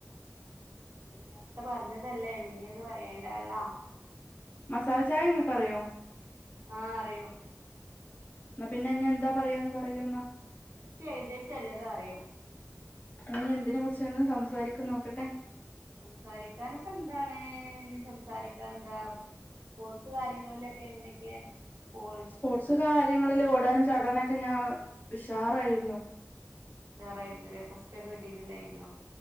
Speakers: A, on the right; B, on the left.
A: അത് നേരത്തെ പറഞ്ഞതല്ലേ പിന്നിം അത് പറയേണ്ടല്ലോ?
B: മസാല ചായങ്ങക്കറിയോ?
A: ആഹ്‌ അറിയും
B: ഇന്നാ പിന്നെ ഞ്ഞിഎന്താ പറയാന്ന് പറയ്ന്നാ
A: എനിക്ക് ഏകദേശം എല്ലതും അറിയും.
B: ന്നാഞ്ഞി എന്തിനെ കുറിചാണ് സംസാരിക്ക നോക്കട്ടെ
A: സംസാരിക്കാന്പ്പെന്താണ് ഇഞ്ഞി സംസാരിക്കാൻന്താ... സ്പോർട്സ് കാര്യങ്ങളിലൊക്കെ എങ്ങനെയൊക്കെ പോ
B: സ്പോർട്സ് കാര്യങ്ങളില് ഓടാനും ചാടാനൊക്കെ ഞാൻ ഉഷാറായിരുന്നു.
A: ഉഷാറായിരുന്നു ല്ലേ ഫസ്റ്റ് ഒക്കെ കിട്ടിട്ടുണ്ടായിുയിരുന്നു